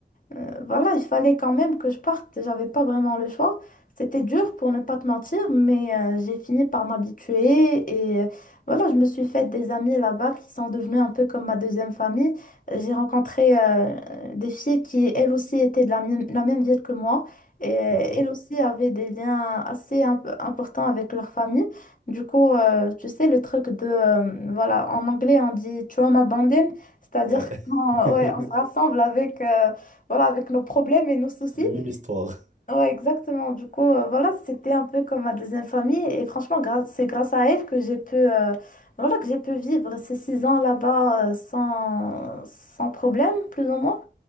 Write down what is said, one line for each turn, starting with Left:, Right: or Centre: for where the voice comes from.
Left: Euh, voilà, il fallait quand même que je parte, j'avais pas vraiment le choix. C'était dur pour ne pas te mentir, mais euh, j'ai fini par m'habituer et euh, voilà, je me suis fait des amis là-bas qui sont devenus un peu comme ma deuxième famille. Euh, J'ai rencontré euh, des filles qui, elles aussi, étaient de la même, la même ville que moi et euh,
Right: D'accord.
Left: elles aussi avaient des liens assez imp- importants avec leur famille. Du coup, euh, tu sais, le truc de, euh, voilà, en anglais, on dit trauma bonding, c'est-à-dire
Right: Ouais.
Left: qu'on
Right: <laughs>
Left: ouais, on se rassemble avec... euh, voilà, avec nos problèmes et nos soucis.
Right: Les mêmes histoires.
Left: Ouais, exactement. Du coup, euh, voilà, c'était un peu comme ma deuxième famille. Et franchement, grâce- c'est grâce à elle que j'ai pu, euh, voilà, que j'ai pu vivre ces six ans là-bas euh, sans, sans problème, plus ou moins.